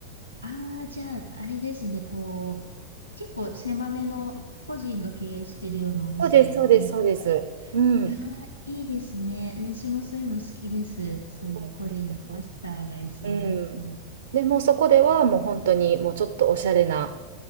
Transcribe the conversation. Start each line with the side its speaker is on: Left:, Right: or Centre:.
Left: ああ、じゃあ、あれですね、こう、結構狭めの個人が経営してるようなお店、
Right: そうです、そうです、
Left: めったり。
Right: そうです。うん。
Left: ああ、いいですね。私もそういうの好きです。そういう個人のマスターがいそうなところ。
Right: そうなんですよ。うん。でもうそこではもう本当にもうちょっとおしゃれな